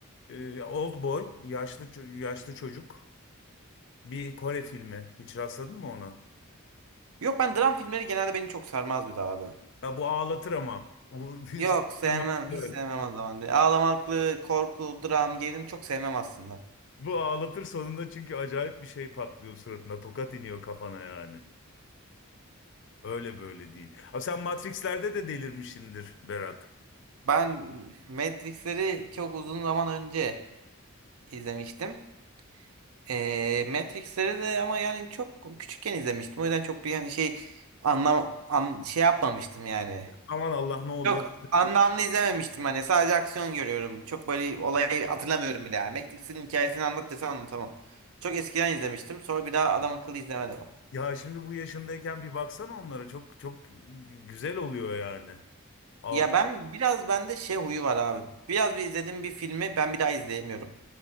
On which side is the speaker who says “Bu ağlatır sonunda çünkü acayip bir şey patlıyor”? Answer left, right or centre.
Left